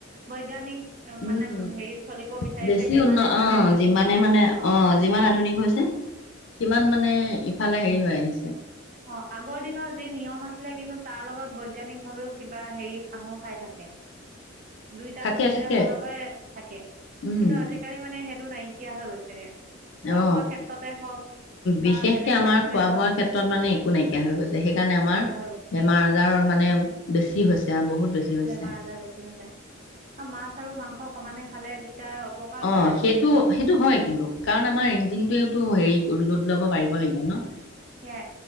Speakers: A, on the right (about 40°); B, on the left (about 60°).
A: বৈজ্ঞানিক
B: উম
A: মানে হেৰিত চলিব বিচাৰিছে
B: বেছি
A: সিমানে
B: উন্নত অ
A: মানে মানুহখিনি
B: যিমানে
A: বেছি
B: মানে
A: অ'।
B: যিমান আধুনিক হৈছে সিমান মানে ইফালে হেৰি হৈ আহিছে।
A: অ', আগৰ দিনৰ যি নিয়ম আছিলে কিন্তু তাৰ লগত বৈজ্ঞানিকভাৱেও কিবা হেৰি সাঙুৰ খাই থাকে।
B: <inaudible>
A: দুইটা
B: থাকে
A: দুইটা
B: থাকে
A: ফালৰ পৰাই থাকে। কিন্তু
B: উম
A: আজি কালি মানে সেইটো নাইকিয়া হৈ গৈছেগে। খোৱা
B: অ
A: বোৱা ক্ষেত্ৰতে হওঁক
B: বিশেষকে
A: বা বেলেগ
B: আমাৰ
A: ক্ষেত্ৰতে
B: খোৱা
A: হওঁক।
B: বোৱাৰ ক্ষেত্ৰত মানে একো নাই। হৈ গৈছে সেইকাৰণে আমাৰ
A: হৈ গৈছে।
B: বেমাৰ আজাৰৰ মানে বেছি হৈছে আৰু বহুত বেছি হৈছে।
A: বেমাৰ <inaudible> মাছ আৰু মাংস সমানে খালে দুইটাই অপকাৰ
B: অ
A: কৰেটো।
B: সেইটো সেইটো হয় কিন্তু কাৰণ আমাৰ ইঞ্জিনতোয়েটো হেৰি লোড ল'ব পাৰিব লাগিব ন।
A: সেইয়া।